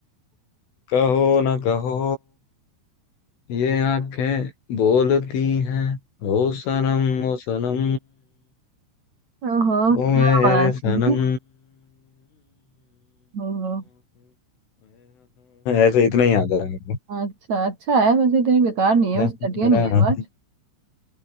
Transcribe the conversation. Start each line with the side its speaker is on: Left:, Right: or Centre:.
Left: कहो ना कहो ये आंखें बोलती हैं ओ सनम ओ सनम
Right: ओहो
Left: ओ
Right: क्या
Left: मेरे
Right: बात
Left: सनम
Right: है ओहो,
Left: ऐसे इतना ही आता है
Right: अच्छा अच्छा है वैसे इतनी बेकार नहीं है
Left: रात-
Right: वैसे घटिया नहीं है आवाज